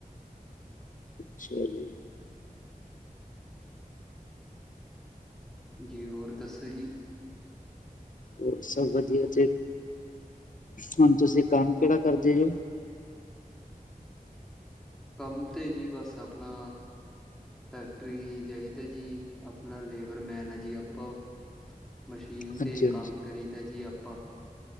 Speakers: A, on the left; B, in the centre.
A: ਅੱਛਾ ਜੀ।
B: ਜੀ ਹੋਰ ਦੱਸੋ ਜੀ।
A: ਹੋਰ ਸਭ ਵਧੀਆ ਤੇ ਹੁਣ ਤੁਸੀਂ ਕੰਮ ਕਿਹੜਾ ਕਰਦੇ ਜੋ।
B: ਕੰਮ ਤੇ ਜੀ ਬਸ ਆਪਣਾ ਫੈਕਟਰੀ ਜਾਈਦਾ ਜੀ, ਆਪਣਾ ਲੇਬਰਮੈਨ ਆ ਜੀ ਆਪਾਂ ਮਸ਼ੀਨ
A: ਹਾਂਜੀ
B: ਤੇ
A: ਹਾਂਜੀ
B: ਕੰਮ ਕਰੀ ਦਾ ਜੀ ਆਪਾਂ